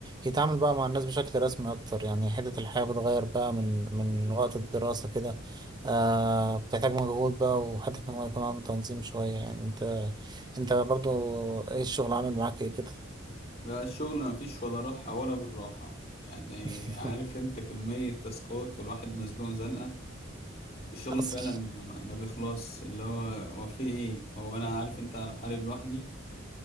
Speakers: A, on the right; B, on the left.
A: يتعامل بقى مع الناس بشكل رسمي أكتر يعني حتة الحياة بتغير بقى من من وقت الدراسة كده آه بتحتاج مجهود بقى وحتة ان هو يكون عنده تنظيم شوية يعني انت انت برضو ايه الشغل عامل معاك ايه كده
B: لا الشغل مفيش ولا راحه ولا بالراحه يعني
A: <laughs>
B: عارف انت كميه تاسكات والواحد مزنوق زنقه الشغل
A: حصل
B: فعلا ما ما بيخلص اللي هو هو في ايه هو انا عارف انت بحارب لوحدي